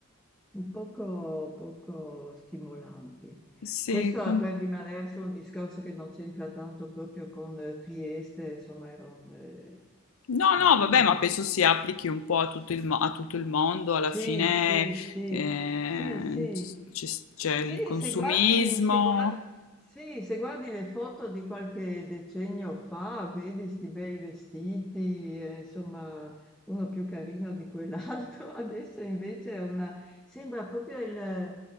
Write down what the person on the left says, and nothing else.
Sì,
con-
No, no,
vabbè, ma penso si applichi un po' a tutto il, mo- a tutto il mondo,
alla fine
eh,
c- c'è c'è
il consumismo,